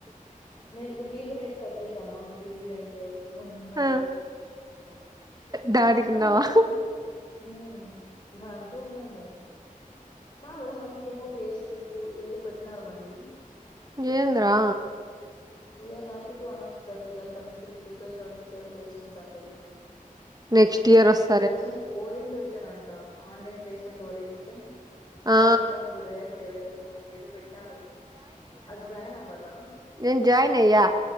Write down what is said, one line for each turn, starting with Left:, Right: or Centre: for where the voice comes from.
Left: నేను పీజీ రెట్ కట్టేసాను పీజీ రెంట్ ఉన్నా
Right: ఆ
Left: ఇది
Right: డాడీకున్నావా
Left: కాదురాం ఉం దానికి ఉన్నాయి ఇంగ కాదురా మళ్ళీ ఏమో ఫేస్ క్రిప్పు ఏదో పెట్టినరు మళ్ళీ
Right: ఏంద్రా
Left: we are happy to announce that we are commencing two thousand seventy డిసెవెన్ placements అండి
Right: నెక్స్ట్ ఇయర్స్తు
Left: ప్లేస్మెంట్ ఓరియంటేషన్ అంట ఆన్లైన్ ప్లేస్మెంట్ ఓరియంటేషన్
Right: ఆ
Left: thirteenth of July at eleven AM అని ఏదో పెట్టారు అది జాయిన్ అవ్వాలా
Right: నేన్ జాయిన్ అయ్యా